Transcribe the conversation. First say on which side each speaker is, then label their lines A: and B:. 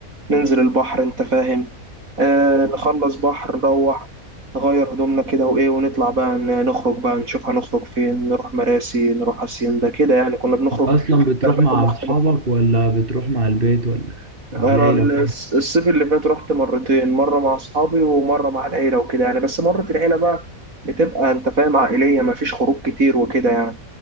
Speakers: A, on the right; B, on the right.
A: ننزل البحر انت فاهم آه نخلص بحر نروح نغير هدومنا كده وايه ونطلع بقى ن- نخرج بقى نشوف هنخرج فين نروح مراسي نروح هاسيندا كده يعني كنا بنخرج
B: اصلا بتروح
A: في اماكن
B: مع
A: مختلفه
B: اصحابك ولا بتروح مع البيت ولا مع
A: انا
B: العيله
A: الس- الصيف اللي فات رحت مرتين مره مع اصحابي ومره مع العيله وكده يعني بس مره العيله بقى بتبقى انت فاهم عائليه مفيش خروج كتير وكده يعني